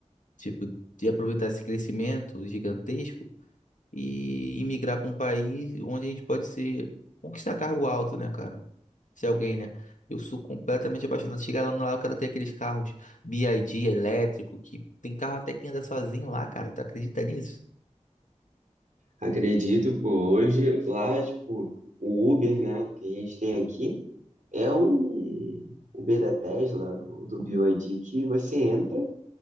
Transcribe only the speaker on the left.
Tipo, de aproveitar esse crescimento gigantesco e imigrar para um país onde a gente pode ser conquistar cargo alto, né, cara? Se alguém, né? Eu sou completamente apaixonado. Chegar lá no lá, eu quero ter aqueles carros BYD elétrico, que tem carro até que anda sozinho lá, cara. Tu acredita nisso?